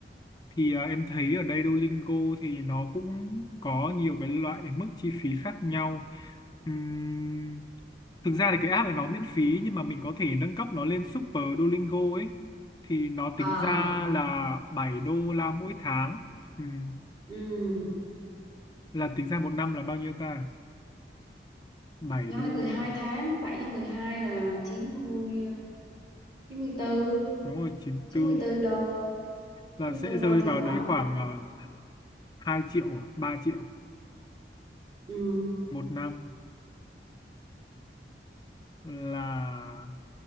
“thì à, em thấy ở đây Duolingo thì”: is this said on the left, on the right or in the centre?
Left